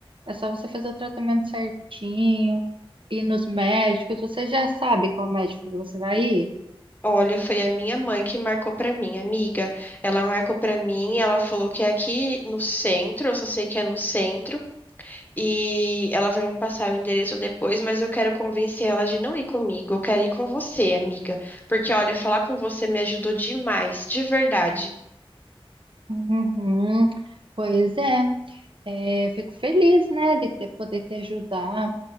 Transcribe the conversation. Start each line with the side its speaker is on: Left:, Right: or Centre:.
Right: É só você fazer o tratamento certinho, ir nos médicos, você já sabe qual médico que você vai ir?
Left: Olha, foi a minha mãe que marcou pra mim, amiga. Ela marcou pra mim e ela falou que é aqui no centro, eu só sei que é no centro. E ela vai me passar o endereço depois, mas eu quero convencer ela de não ir comigo. Eu quero ir com você, amiga. Porque, olha, falar com você me ajudou demais, de verdade.
Right: Uhum. Pois é, é, eu fico feliz, né, de ter, poder te ajudar.